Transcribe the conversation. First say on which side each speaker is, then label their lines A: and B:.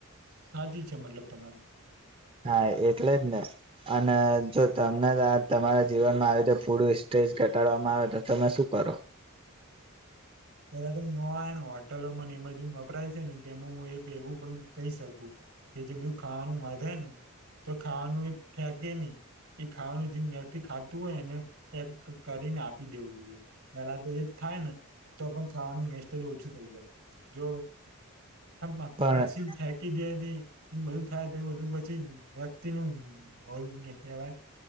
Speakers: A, on the right (about 75°); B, on the right (about 25°).
A: સાદી છે મતલબ તમારી
B: હા એટલે જ ને અને જો તમને તમારા જીવનમાં આવી્યું તો પૂડું ઈ ઘટાડવામાં આવે તો તમે શું કરો
A: ત્યારે ત ન આવે ને હોટલોમાંને એમાંજીન વપરાય છે ને તેમાં હું એક એવું પણ કહી શકું કે જે બધું ખાવાનું વધે ને. તો ખાવાનું એ ફેંકે નહી. એ ખાવાનું જેથી ખાતું હોય એને એક કરીને આપી દેવું જોઈએ પેલા તો એ જ થાય ને તો પણ ખાવાનું મેસ્ટજ ઓછું થઈ જાય, જો હમ્મ
B: પણ
A: પછી <unintelligible> ફેંકી દે <unintelligible> નહી. એ બધું થાય તો બધું પછી વ્યક્તિ નું ભલ કેહેવાય.